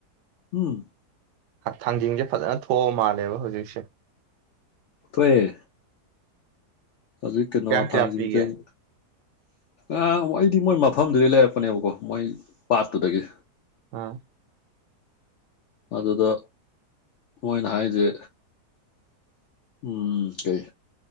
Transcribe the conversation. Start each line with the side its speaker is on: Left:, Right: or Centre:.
Left: ꯎꯝ
Right: ꯊꯥꯡꯖꯤꯡꯁꯦ ꯐꯖꯅ ꯊꯣꯛꯑꯕ ꯃꯥꯜꯂꯦꯕ ꯍꯧꯖꯤꯛꯁꯦ
Left: <unintelligible> ꯍꯧꯖꯤꯛ ꯀꯦꯅꯣ
Right: ꯀꯌꯥ ꯀꯌꯥ
Left: ꯊꯥꯡꯖꯤꯡꯖꯦꯡ
Right: ꯄꯤꯒꯦ
Left: ꯑ ꯑꯩꯗꯤ ꯃꯣꯏ ꯃꯐꯝꯗꯨꯗꯩ ꯂꯩꯔꯛꯄꯅꯦꯕꯀꯣ ꯃꯣꯏ ꯄꯥꯠꯇꯨꯗꯒꯤ
Right: ꯎꯝ
Left: ꯑꯗꯨꯗ ꯃꯣꯏꯅ ꯍꯥꯏꯖꯦ ꯎꯝ ꯀꯩ